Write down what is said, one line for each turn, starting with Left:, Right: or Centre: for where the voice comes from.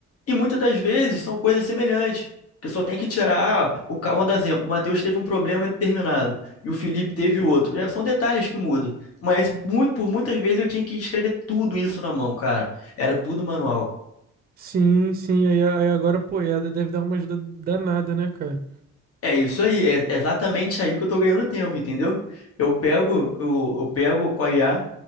Left: E muitas das vezes são coisas semelhantes. Porque só tem que tirar, ah, o, ca- vou dar um exemplo, o Matheus teve um problema determinado e o Felipe teve outro. É, são detalhes que mudam. Mas mu- por muitas vezes eu tinha que escrever tudo isso na mão, cara. Era tudo manual.
Right: Sim, sim, aí, aí agora, pô, EAD deve dar uma ajuda danada, né, cara?
Left: É isso aí, é exatamente aí que eu tô ganhando tempo, entendeu? Eu pego, eu, eu pego com a IA,